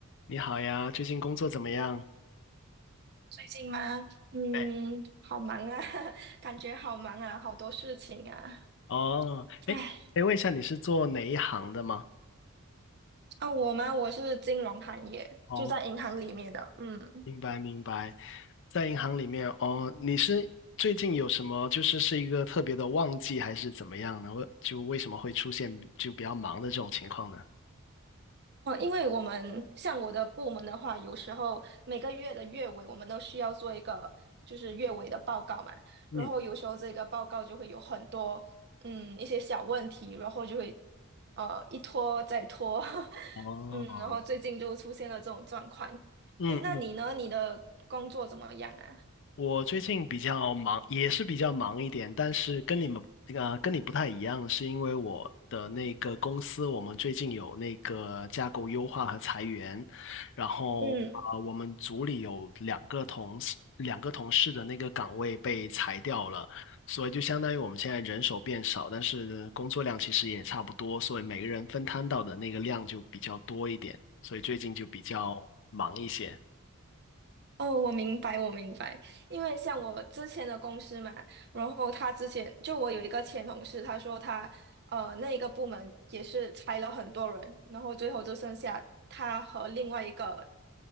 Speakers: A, on the left (about 60°); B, on the right (about 50°).
A: 你好呀，最近工作怎么样？
B: 最近吗？嗯，
A: 对，
B: 好忙啊，<laughs> 感觉好忙啊，好多事情啊。
A: 哦，哎，
B: 唉，
A: 可以问一下你是做哪一行的吗？
B: 啊，我吗？我是金融行业，
A: 哦，
B: 就在银行里面的。嗯，
A: 明白明白，在银行里面哦，你是最近有什么就是是一个特别的旺季还是怎么样呢？为就为什么会出现就比较忙的这种情况呢？
B: 哦，因为我们像我的部门的话，有时候每个月的月尾，我们都需要做一个就是月尾的报告嘛。
A: 嗯，
B: 然后有时候这个报告就会有很多嗯一些小问题，然后就会呃一拖再拖，<laughs>
A: 哦，
B: 嗯，然后最近就出现了这种状况。
A: 嗯嗯
B: 诶，那你呢？你的工作怎么样啊？
A: 我最近比较忙，也是比较忙一点，但是跟你们呃跟你不太一样，是因为我的那个公司，我们最近有那个架构优化和裁员，然后呃我们组里有两个同事，
B: 嗯。
A: 两个同事的那个岗位被裁掉了，所以就相当于我们现在人手变少，但是工作量其实也差不多，所以每个人分摊到的那个量就比较多一点，所以最近就比较忙一些。
B: 哦，我明白，我明白。因为像我之前的公司嘛，然后他之前就我有一个前同事，他说他呃那一个部门也是裁了很多人，然后最后就剩下他和另外一个